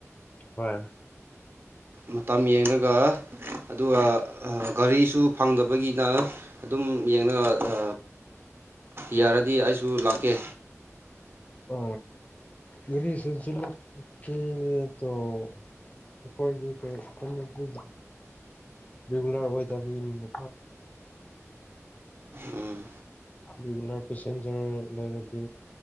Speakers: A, on the left; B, on the right.
A: ꯍꯣꯏ
B: ꯃꯇꯝ ꯌꯦꯡꯔꯒ ꯑꯗꯨꯒ ꯒꯥꯔꯤꯁꯨ ꯐꯪꯗꯕꯒꯤꯅ ꯑꯗꯨꯝ ꯌꯦꯡꯔꯒ ꯑ ꯌꯥꯔꯗꯤ ꯑꯩꯁꯨ ꯂꯥꯛꯀꯦ
A: <unintelligible> ꯑꯩꯈꯣꯏꯒꯤ ꯀꯩ <unintelligible> ꯔꯤꯒꯨꯂꯔ ꯑꯣꯢꯗꯕꯒꯤꯅꯤꯗ
B: ꯎꯝ
A: ꯔꯤꯒꯨꯂꯔ ꯄꯦꯁꯦꯟꯖꯔ ꯂꯩꯔꯗꯤ